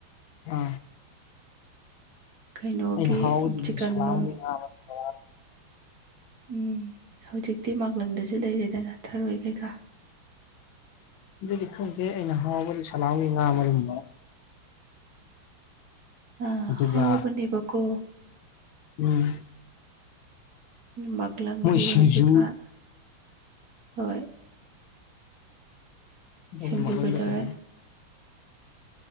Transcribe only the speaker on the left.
ꯑ
ꯑꯩꯅ ꯍꯥꯎꯕꯗꯤ
ꯁꯂꯥꯝꯒꯤ
ꯉꯥ ꯃꯔꯨꯝ ꯕꯣꯔꯥ
ꯑꯗꯨꯗꯤ ꯈꯪꯗꯦ ꯑꯩꯅ ꯍꯥꯎꯕꯗꯤ ꯁꯂꯥꯝꯒꯤ ꯉꯥ ꯃꯔꯨꯝ
ꯑꯗꯨꯒ
ꯎꯝ
ꯃꯣꯏ ꯁꯤꯡꯖꯨ
ꯑꯗꯨ
ꯃꯪꯗꯀꯗꯝ